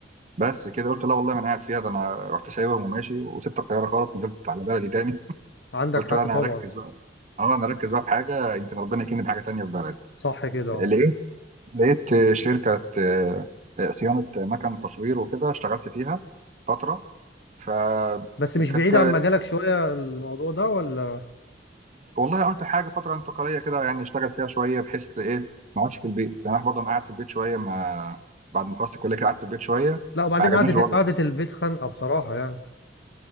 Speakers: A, on the right; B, on the left.
A: بس كده قلت لا والله ما انا قاعد فيها ده انا رحت سايبهم وماشي وسبت القاهره خالص ونزلت على بلدي تاني
B: عندك
A: قلت
B: حق
A: لا انا
B: طبعا
A: هركز بقى اه انا هركز بقى في حاجه يمكن ربنا يكرمني بحاجه تانيه في بلدي
B: صح كده اه
A: لقيت لقيت شركه آه، صيانه مكن تصوير وكده اشتغلت فيها فتره ف
B: بس
A: كانت
B: مش بعيد عن مجالك شوية الموضوع ده ولا
A: والله قلت حاجه فتره انتقاليه كده يعني اشتغل فيها شويه بحس ايه ما اقعدش في البيت يعني انا برضه انا قاعد في البيت شويه ما بعد ما خلصت الكليه كده قعدت في البيت شويه
B: لا وبعدين
A: ما عجبنيش
B: قعدة
A: الوضع
B: قعدة
A: خالص
B: البيت خانقة بصراحة يعني